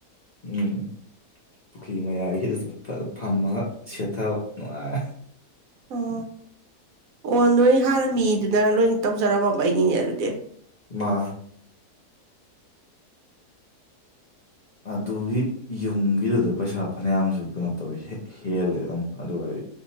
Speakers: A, on the left (about 60°); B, on the right (about 65°).
A: ꯎꯝ ꯄꯨꯈ꯭ꯔꯤ ꯃꯌꯥꯏꯁꯤꯗ ꯐꯝꯃꯒ ꯁꯦꯠꯊꯕ ꯅꯨꯡꯉꯥꯏ
B: ꯑꯣ ꯑꯣ ꯅꯣꯏ ꯍꯥꯟꯔꯝꯃꯤꯗꯨꯅ ꯂꯣꯏ ꯇꯧꯖꯔꯝꯃꯕꯩ ꯅꯤꯅꯦ ꯑꯗꯨꯗꯤ
A: ꯃꯥ ꯑꯗꯨꯒꯤ ꯌꯨꯝꯒꯤꯗꯨꯗ ꯄꯩꯁꯥ ꯐꯅꯌꯥꯝꯁꯨ ꯀꯩꯅꯣ ꯇꯧꯋꯤ ꯍꯦꯜꯂꯦ ꯑꯗꯨꯝ ꯑꯗꯨ ꯑꯣꯏꯗꯤ